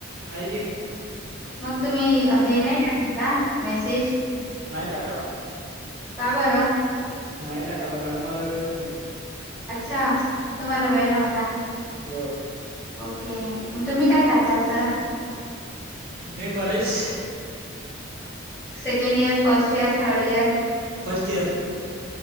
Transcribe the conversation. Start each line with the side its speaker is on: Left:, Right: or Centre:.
Right: आहे की
Left: मगं तुम्ही हे नाही टाकला का मेसेज?
Right: नाही टाकाला.
Left: का बर?
Right: नाही टाकायला मॅडम मला वेळच नव्हता.
Left: अच्छा तुम्हाला वेळ नव्हता.
Right: हो.
Left: ओके तुम्ही कायं करता सर?
Right: मी college.
Left: Second year, first year, third year.
Right: First year.